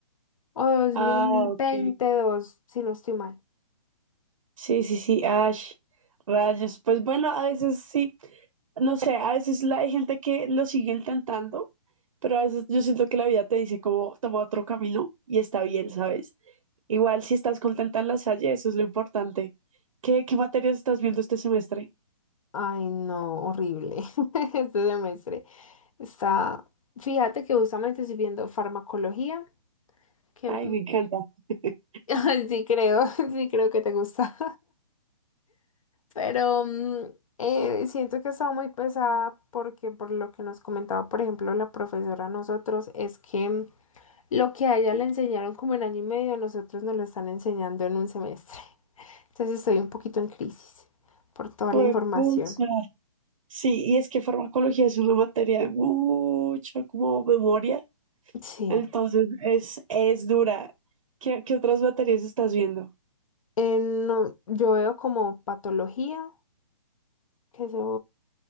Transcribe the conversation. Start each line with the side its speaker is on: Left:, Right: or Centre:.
Left: o dos
Right: Ah,
Left: mil
Right: ok.
Left: veintidós, si no estoy mal.
Right: Sí, sí, sí, Ash, rayos. Pues bueno, a veces sí, no sé, a veces la, hay gente que lo sigue intentando, pero a veces yo siento que la vida te dice como toma otro camino y está bien, ¿sabes? Igual si estás contenta en la Salle, eso es lo importante. ¿Qué, qué materias estás viendo este semestre?
Left: Ay, no, horrible <laughs> este semestre. Está, fíjate que justamente estoy viendo farmacología, que
Right: Ay, me encanta. <laughs>
Left: <laughs> ay, sí creo, <laughs> sí creo que te gusta. Pero mm, eh, siento que ha estado muy pesada porque por lo que nos comentaba, por ejemplo, la profesora a nosotros, es que mm, lo que a ella le enseñaron como en año y medio, a nosotros nos lo están enseñando en un semestre. Entonces estoy un poquito en crisis por toda
Right: Pues
Left: la información.
Right: pucha. Sí, y es que farmacología es una materia de mucha como memoria,
Left: Sí.
Right: entonces es, es dura. ¿Qué, qué otras materias estás viendo?
Left: Eh, no, yo veo como patología, que se